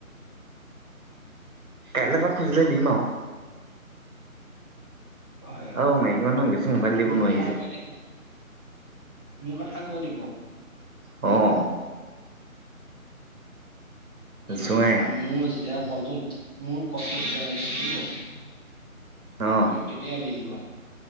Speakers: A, on the right; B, on the left.
A: কাইলৈৰ পৰা খুজিলে দিম আৰু
B: হয়। হয়।
A: আৰু মাইকী মানুহক বেছি মোবাইল দিব
B: মোৰ
A: নোৱাৰি
B: কথা
A: যে
B: <unintelligible> মোৰ কথা কৈ দিব
A: অ',
B: মানে
A: জোঁৱাই
B: মোৰ যেতিয়া কলটো মোৰ কলটো যেতিয়া লাগে থাকিব।
A: অ
B: তেতিয়াই দি দিব।